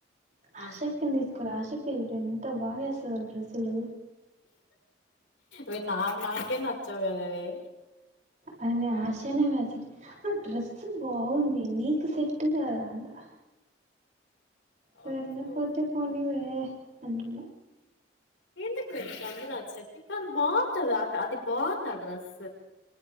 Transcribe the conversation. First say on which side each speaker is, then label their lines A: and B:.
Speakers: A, on the right; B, on the left.
A: ఆశక్తిని
B: ఆ
A: తీసుకోవాలి ఆశక్తి ఇప్పుడు ఎంత బాగాస్తది డ్డ్రెస్సులు
B: అ నా నా కేనా చ్చగాదవే
A: అయిన ఆశ జనమ అస ఆ డ్రెస్ బాగుంది నీకు సెట్ కాదు అంటా సర్లే
B: అబ్బో
A: పోతే పోనీ వే అంటే
B: ఎందుకువే కమ్ రాకి కాళ బాగుంటది అది బాగుంది డ్రస్